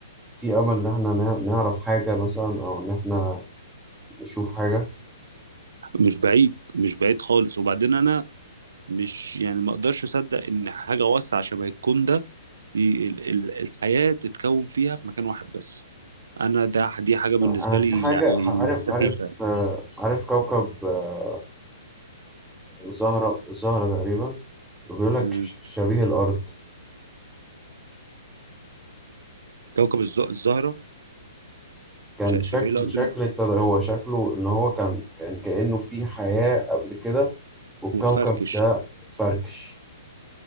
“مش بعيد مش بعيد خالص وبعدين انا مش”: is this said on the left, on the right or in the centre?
Right